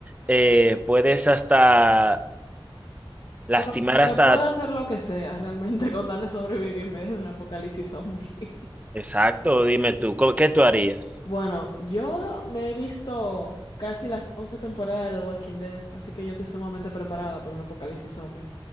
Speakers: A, on the right; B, on the left.
A: eh, puedes hasta lastimar
B: Bueno, se
A: hasta...
B: puede hacer lo que sea realmente <laughs> con tal de sobrevivir en medio de un apocalipsis zombie. <laughs>
A: Exacto, dime tú, ¿cómo- ¿qué tú harías?
B: Bueno, yo me he visto casi las 11 temporadas de The Walking Dead, así que yo estoy sumamente preparada para un apocalipsis zombie.